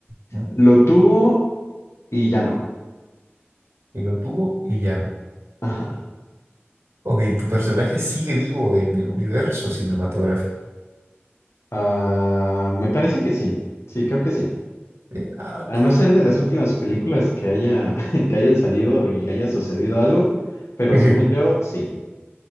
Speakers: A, on the right; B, on the left.
A: ¿Mm?
B: lo tuvo y ya no.
A: que lo tuvo y ya no.
B: <laughs> Ajá.
A: Ok, tu personaje sigue vivo en el universo cinematográfico.
B: Ah, me parece que sí. Sí, creo que sí.
A: Eh, Ah, ok.
B: A no ser de las últimas películas que haya, <laughs> que hayan salido y haya sucedido algo, pero
A: <laughs>
B: según yo, sí.